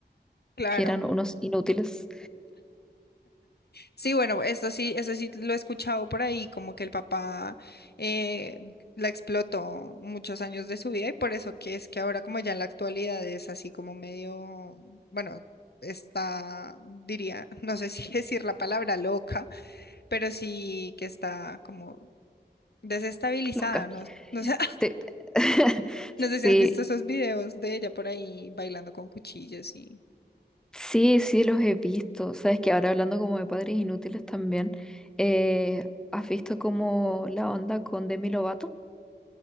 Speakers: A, on the left; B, in the centre.
A: claro.
B: que eran unos inútiles,
A: Sí, bueno, esto sí, eso sí lo he escuchado por ahí, como que el papá eh, la explotó muchos años de su vida y por eso que es que ahora como ya en la actualidad es así como medio, bueno, está, diría, <laughs> no sé si <laughs> decir la palabra loca, pero sí que está como desestabilizada,
B: loca.
A: no, no sé, <laughs>
B: Sí, <laughs>
A: no sé si
B: sí,
A: has visto esos videos de ella por ahí bailando con cuchillos y...
B: sí, sí los he visto. Sabes que ahora hablando como de padres inútiles también, eh, ¿has visto como la onda con Demi Lovato?